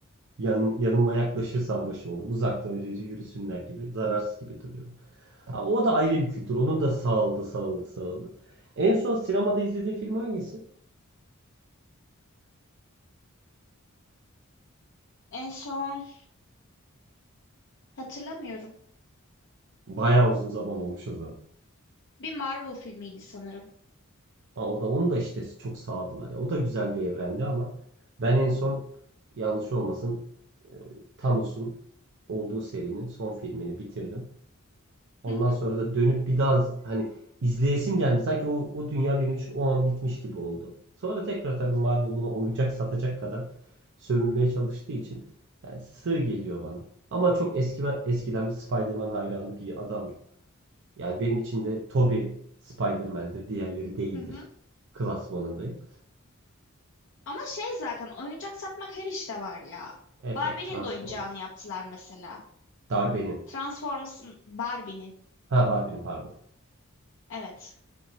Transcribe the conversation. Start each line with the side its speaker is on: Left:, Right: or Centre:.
Right: Yan, yanıma yaklaşırsam başım olur. Uzakta öyle yürüsünler gibi. Zararsız gibi duruyor. Ha, O da ayrı bir kültür. Onun da sağladı, sağladı, sağladı. En son sinemada izlediğin film hangisi?
Left: En son hatırlamıyorum.
Right: Bayağı uzun zaman olmuş o zaman.
Left: Bir Marvel filmiydi sanırım.
Right: Ha, o da onu da işte çok sağladılar ya. O da güzel bir evrendi ama ben en son yanlış olmasın e, Thanos'un olduğu serinin son filmini bitirdim. Ondan
Left: Hı hı
Right: sonra da dönüp bir daha z- hani izleyesim gelmedi. Sanki o, o dünya benim için o an bitmiş gibi oldu. Sonra tekrar tabii Marvel buna oyuncak satacak kadar sömürmeye çalıştığı için yani sığ geliyor bana. Ama çok eski eskiden bir Spider-Man hayranı bir adamdım. Yani benim için de Tobey Spider-Man'dir, diğerleri değildir
Left: hı hı.
Right: klasmanındayım.
Left: Ama şey zaten oyuncak satmak her işte var ya.
Right: Evet
Left: Barbie'nin
Right: tabii Transformers.
Left: de oyuncağını yaptılar mesela.
Right: Darbenim.
Left: Transformers'ın Barbie'nin.
Right: Ha Barbie'nin pardon.
Left: Evet.